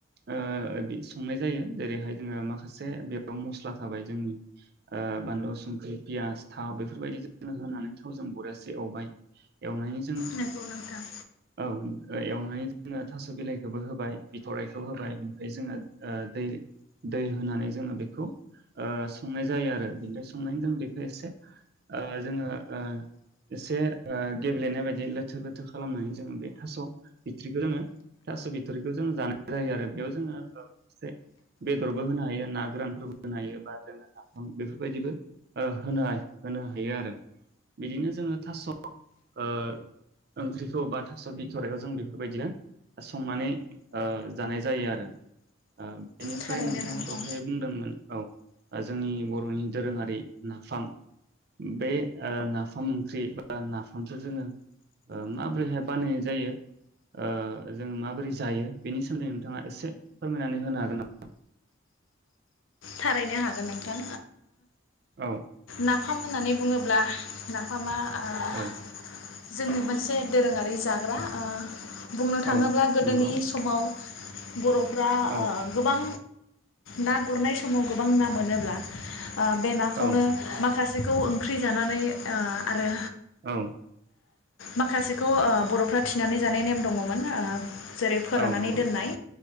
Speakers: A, on the right; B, on the left.
A: ओ संनाय जायो जेरैहाय जोङो माखासे बेयाव मस्ला थाबाय जोंनि ओ बानलु संख्रि पियास थाव बेफोरबायदि जों होनानै थाव जों बरियासे एवबाय एवनायनि
B: नोंगौ नोंथां
A: औ एवनानै जोङो थास' बिलाइखौबो होबाय बिथराइखौ होबाय ओमफ्राय ओ जोङो दै दै होनानै जोङो बेखौ संनाय जायो आरो बेनिफ्राय संनानै जों बेखौ एसे ओ जोङो ओ एसे गेब्लेनाय बायदि लोथो लोथो खालामनानै जोङो बे थास' बिथ्रिखौ जोङो थास' बिथ'रिखौ जोङो जानाय जायो आरो बेयाव जोङोसे बेदरबो होनो हायो ना गोरानफोरबो होनो हायो बा जोङो नाफाम बेफोरबायदिबो होनो हायो होनो हायो आरो बिदिनो जोङो थास' ओ ओंख्रिखौ बा थास' बिथ'राइखौ जों बेफोरबायदिनो संनानै ओ जानाय जायो आरो ओ बेनिफ्राय
B: थारैनो
A: नोंथाङा
B: नोंथां
A: दहाय बुंदोंमोन औ जोंनि बर'नि दोरोङारि नाफाम बे ओ नाफाम ओंख्रि बा ना बामखो जोङो माबोरैहाय बानायनाय जायो ओ जों माबोरै जायो बेनि सोमोन्दै नोंथाङा एसे फोरमायनानै होनो हागोन नामा
B: थारैनो हागोन नोंथां
A: औ
B: नाफाम होननानै बुङोब्ला नाफामा ओ
A: औ
B: जोंनि मोनसे दोरोङारि मै जाग्रा ओ बुंनो थाङोब्ला
A: औ
B: गोदोनि
A: नंगौ
B: समाव बर'फ्रा
A: औ
B: ओ गोबां। ना गुरनाय। समाव गोबां ना मोनोब्ला ओ बे नाखौनो
A: औ
B: माखासे जेखौ ओंख्रि जानानै ओ आरो
A: औ।
B: माखासेखौ ओ बर'फ्रा थिनानै जानाय नेम दङमोन ओ जेरै फोराननानै
A: औ नंगौ
B: दोननाय